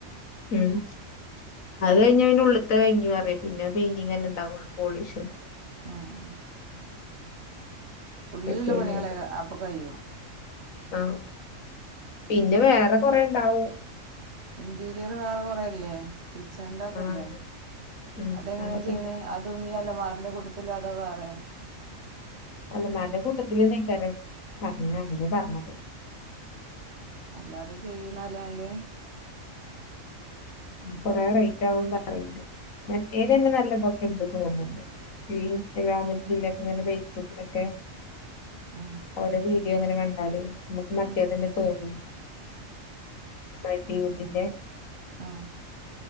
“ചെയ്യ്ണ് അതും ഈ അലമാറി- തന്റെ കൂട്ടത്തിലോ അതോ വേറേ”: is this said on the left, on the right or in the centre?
Right